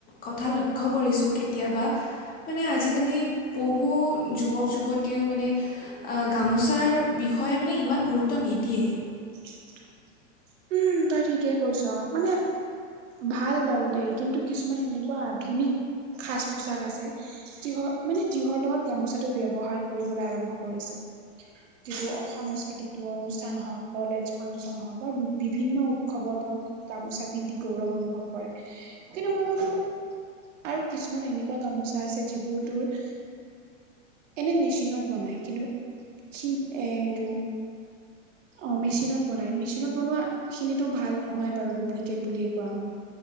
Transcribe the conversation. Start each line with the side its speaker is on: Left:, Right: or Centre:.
Left: কথা লক্ষ্য কৰিছোঁ কেতিয়াবা। মানে আজিকালি বহু যুৱক - যুৱতীয়েও মানে। আ, গামোচাৰ বিষয়ে মানে ইমান গুৰুত্ব নিদিয়ে।
Right: <inaudible> উম, তই ঠিকেই কৈছ মানে। ভাল বাৰু দেই, কিন্তু কিছুমান এনেকুৱা আধুনিক সাজপোছাক আছে। যিহৰ মানে যিহৰ লগত গামোচাটো ব্যৱহাৰ কৰিবলৈ আৰম্ভ কৰিছে। যিটো সংস্কৃতিক তোৰ অনুষ্ঠান হওঁক কলেজ ফাংচন হওঁক। বা বিভিন্ন উৎসৱত হওক গামোচা পিন্ধি গৌৰৱ অনুভৱ কৰে। কিন্তু মই ভাবো আৰু কিছুমান এনেকুৱা গামোচা আছে যিবোৰ তোৰ। এনে মেচিনত বনাই কিন্তু শিল্প এইটো। অ' মেচিনত বনাই, মেচিনত বনোৱা খিনিতো ভাল নহয় বাৰু ডুপ্লিকেট বুলিয়ে কোৱা হয়।